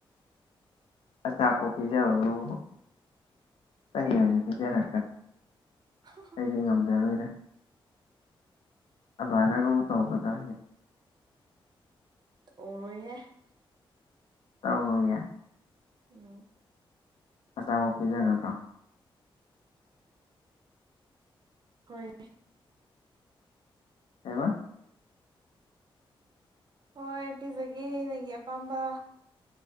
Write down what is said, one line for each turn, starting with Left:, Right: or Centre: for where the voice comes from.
Left: ꯑꯆꯥꯥꯄꯣꯠ ꯄꯤꯖꯕꯕꯨ ꯆꯩ ꯑꯣꯏꯅ ꯄꯤꯖꯔꯛꯇꯅ
Right: <unintelligible>
Left: ꯑꯩꯗꯤ ꯉꯝꯖꯔꯣꯏꯗ ꯑꯗꯨꯃꯥꯏꯅꯒꯕꯨ ꯇꯧꯕꯗꯣ ꯍꯌꯦꯦ
Right: ꯇꯣꯔꯣꯏꯍꯦ
Left: ꯇꯧꯔꯣꯢꯌꯦ
Right: ꯎꯝ
Left: ꯑꯆꯥꯄꯣꯠ ꯄꯤꯖꯒꯗ꯭ꯔꯣ
Right: ꯍꯣꯏ
Left: ꯀꯩꯕ
Right: ꯍꯣꯏ ꯄꯤꯖꯒꯦ ꯅꯪꯒꯤ ꯑꯄꯥꯝꯕ